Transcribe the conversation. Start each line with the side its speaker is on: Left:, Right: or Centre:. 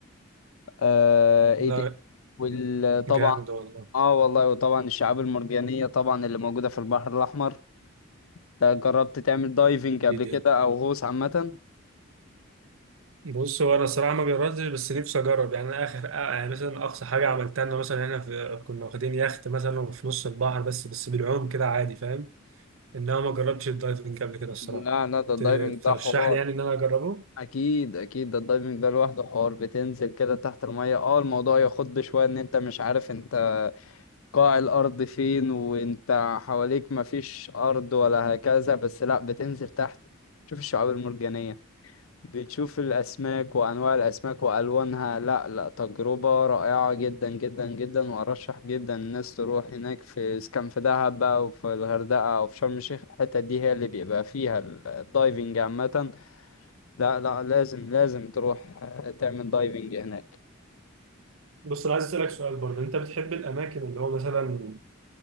Left: آه ايه
Right: لا
Left: تاني وطبعا
Right: جامد والله
Left: اه والله وطبعا الشعاب المرجانية طبعا اللي موجودة في البحر الاحمر ده جربت تعمل دايفنج قبل
Right: ايه دي
Left: كده او غوص عامة
Right: بص هو انا الصراحه ما جربتش بس نفسي اجرب يعني أنا اخر آه، يعني مثلا اقصى حاجه عملتها ان مثلا احنا في كنا واخدين يخت مثلا في نص البحر بس بس بالعوم كده عادي فاهم انما ما جربتش الدايفنج قبل كده الصراحه
Left: لا لا ده الدايفنج
Right: ت-
Left: ده
Right: ترشح
Left: حوار
Right: لي يعني ان انا اجربه
Left: اكيد اكيد ده الدايفنج ده لوحده حوار بتنزل كده تحت المية اه الموضوع يخض شوية ان انت مش عارف انت قاع الأرض فين وأنت حواليك مفيش أرض ولا هكذا بس لأ بتنزل تحت تشوف الشعاب المرجانية بتشوف الأسماك وأنواع الأسماك وألوانها لأ لأ تجربة رائعة جدا جدا جدا وأرشح جدا الناس تروح هناك في إذا كان في دهب بقى وفي الغردقة أو في شرم الشيخ الحتة دي هي اللي بيبقى فيها ال- الدايفنج عامة لأ لأ لازم لازم تروح آه، تعمل دايفنج هناك
Right: بص انا عايز اسالك سؤال برضه انت بتحب الاماكن اللي هو مثلا